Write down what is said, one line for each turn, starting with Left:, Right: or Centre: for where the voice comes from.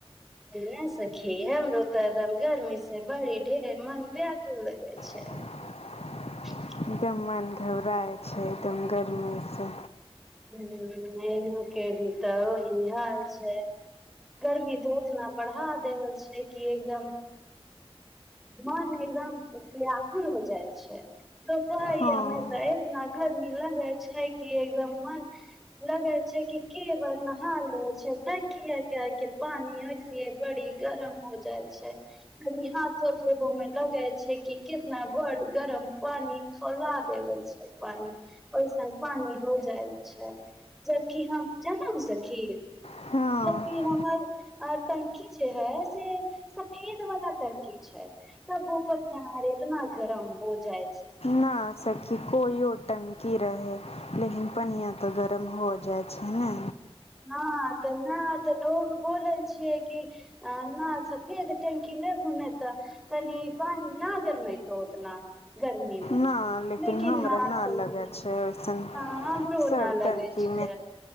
Centre: ना सखी हमरो तऽ एकदम गर्मी से बड़ी ढेर मन ब्याकु लगे छै
Left: <inaudible>
Centre: <inaudible>
Left: एकदम मन घबराइ छै एकदम गरमी से
Centre: हँ एना के भी तऽही हाल छै गर्मी तऽ ओतना बढ़ा देने छै कि एकदम मन एकदम व्याकुल हो जाए छै सब कहैय
Left: हँ।
Centre: की एतना गर्मी लगय छै की एकदम मन लगय छै कि केवल नहा ले छै टंकी के पानी बड़ी गरम हो जाइ छै कनि हाथो धोबो में लगे छै कि कितना बड गरम पानी खौला देबै छै पानी पैसन पान हो जाइ जें की हम बुझलहुँ सखी
Left: हँ,
Centre: जबकि हमर टंकी जे है से सफेद वाला टंकी छै तब पर केनाा इतना गरम हो जाए
Left: न सखी कोईओ टंकी रहै लेकिन पनिआ तऽ गरम हो जाइ छै ने
Centre: हँ त हँ त ओ बोलय छियै कि न सब फेर टंकी ल बुनेते कनि पानी ना गर्मी त ऊतना गर्मी मे
Left: ना
Centre: लेकिन
Left: हमरा ना
Centre: सर्दी
Left: लगै छै ऐसनऽ
Centre: न हमरो
Left: सब
Centre: न लगे
Left: टंकी
Centre: छै